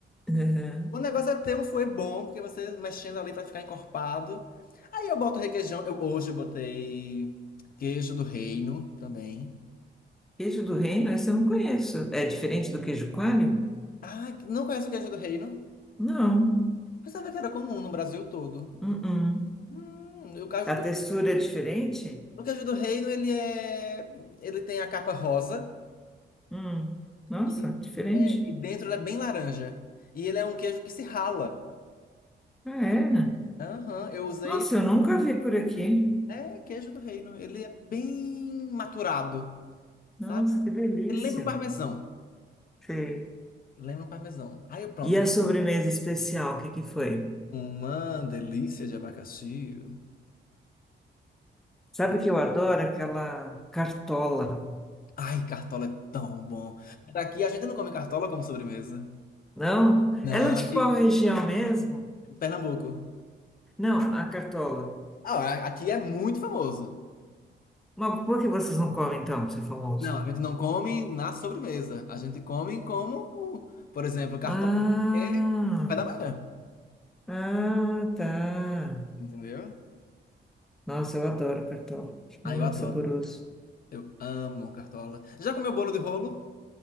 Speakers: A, in the centre; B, on the left.
A: Aham.
B: O negócio é ter um fuê bom, porque você mexendo ali pra ficar encorpado. Aí eu boto requeijão. Eu, hoje eu botei queijo do reino também.
A: Queijo do reino, esse eu não conheço. É diferente do queijo coalho?
B: Ah, não conheço o queijo do reino?
A: Não.
B: Pensava que era comum no Brasil todo.
A: Uh-uh.
B: Hum, o, caju-
A: A textura é diferente?
B: Porque o livro do reino, ele é. Ele tem a capa rosa
A: Hum. Nossa,
B: e,
A: diferente.
B: é, e dentro ele é bem laranja. E ele é um queijo que se rala.
A: Ah, é?
B: Aham, eu usei.
A: Nossa, eu nunca vi por aqui.
B: É queijo do reino. Ele é bem maturado,
A: Nossa,
B: sabe?
A: que delícia.
B: Ele lembra um parmesão.
A: Sei.
B: Lembra um parmesão. Aí eu pronto.
A: E a sobremesa especial, o que que foi?
B: Uma delícia de abacaxi.
A: Sabe
B: De-
A: que eu adoro aquela cartola,
B: Ai, cartola é tão bom. Mas Aqui a gente não come cartola como sobremesa.
A: não?
B: Não,
A: Ela é de
B: aqui.
A: qual região mesmo?
B: Pernambuco.
A: Não, a cartola.
B: Ah, aqui é muito famoso.
A: Mas por que vocês não comem então, você famoso?
B: Não, a gente não come na sobremesa. A gente come como, por exemplo, cartola
A: Ah,
B: é café da manhã.
A: ah, tá.
B: Entendeu?
A: Nossa, eu adoro cartola. Acho
B: Ah,
A: Muito
B: eu adoro.
A: saboroso.
B: Eu amo cartola. Já comeu bolo de rolo?